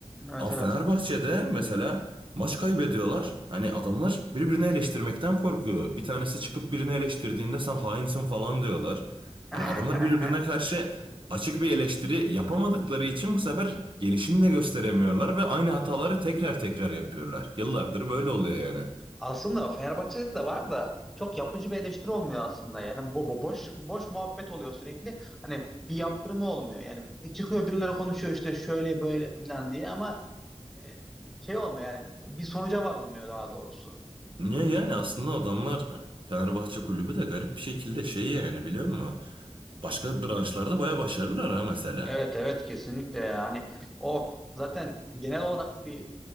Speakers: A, in the centre; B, on the right.
A: Evet
B: Ama
A: evet.
B: Fenerbahçe'de mesela maç kaybediyorlar. Hani adamlar birbirini eleştirmekten korkuyor. Bir tanesi çıkıp birini eleştirdiğinde sen hainsin falan diyorlar.
A: <laughs>
B: Hani
A: A-
B: adamlar birbirine karşı açık bir eleştiri yapamadıkları için bu sefer gelişim de gösteremiyorlar ve aynı hataları tekrar tekrar yapıyorlar. Yıllardır böyle oluyor yani.
A: Aslında Fenerbahçe'de de var da çok yapıcı bir eleştiri olmuyor aslında. Yani bu, bu boş boş muhabbet oluyor sürekli. Hani bir yaptırımı olmuyor. Yani çıkıyor birileri konuşuyor işte şöyle böyle falan diye ama e, şey olmuyor yani bir sonuca varılmıyor daha doğrusu.
B: Niye yani aslında adamlar Fenerbahçe kulübü de garip bir şekilde şey yani biliyor musun? Başka branşlarda baya başarılılar ha mesela.
A: Evet evet kesinlikle. Yani o zaten genel olarak bir